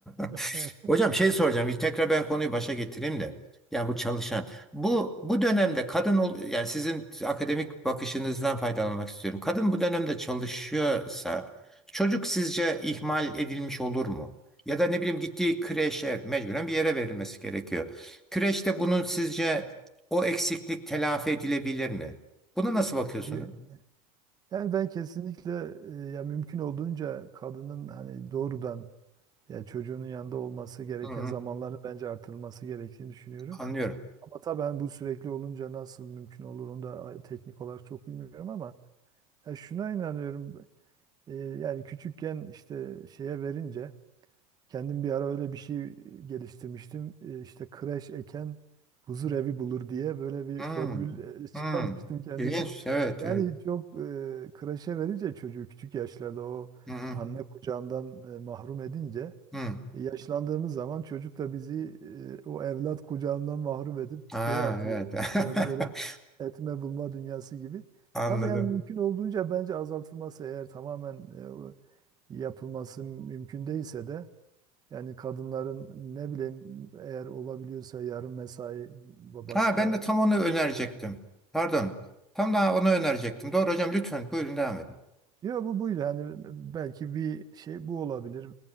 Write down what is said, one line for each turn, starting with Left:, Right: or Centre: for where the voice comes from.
Centre: <laughs>
Right: <laughs>
Centre: Hocam şey soracağım. Bir tekrar ben konuyu başa getireyim de. Yani bu çalışan. Bu bu dönemde kadın ol, yani sizin akademik bakışınızdan faydalanmak istiyorum. Kadın bu dönemde çalışıyorsa çocuk sizce ihmal edilmiş olur mu? Ya da ne bileyim gittiği kreşe mecburen bir yere verilmesi gerekiyor. Kreşte bunun sizce o eksiklik telafi edilebilir mi? Buna nasıl bakıyorsunuz?
Right: Ye- Yani ben kesinlikle e, ya mümkün olduğunca kadının hani doğrudan ya çocuğunun yanında olması gereken
Centre: Hı hı,
Right: zamanları bence artırılması gerektiğini düşünüyorum.
Centre: anlıyorum.
Right: Ama tabii hani bu sürekli olunca nasıl mümkün olur onu da teknik olarak çok bilmiyorum ama ya şuna inanıyorum. e, yani küçükken işte şeye verince kendim bir ara öyle bir şey geliştirmiştim. E, işte kreş eken huzur evi bulur diye böyle bir
Centre: Hı
Right: formül e, <laughs> çıkarmıştım
Centre: hı.
Right: kendime.
Centre: İlginç, evet.
Right: Yani
Centre: evet.
Right: çok e, kreşe verince çocuğu küçük yaşlarda o
Centre: Hı hı,
Right: anne kucağından e, mahrum edince
Centre: hı.
Right: Yaşlandığımız zaman çocuk da bizi e, o evlat kucağından mahrum edip
Centre: Ha,
Right: şeye atıyor.
Centre: evet.
Right: Yani
Centre: <laughs>
Right: biraz böyle etme bulma dünyası gibi.
Centre: Anladım.
Right: Tabii yani mümkün olduğunca bence azaltılması eğer tamamen e, o yapılması mümkün değilse de yani kadınların ne bileyim eğer olabiliyorsa yarım mesai ve başka
Centre: Ha, ben de tam onu önerecektim.
Right: seçenek.
Centre: Pardon. Tam daha onu önerecektim. Doğru hocam lütfen buyurun devam edin.
Right: Yok bu buydu. Yani belki bir şey bu olabilir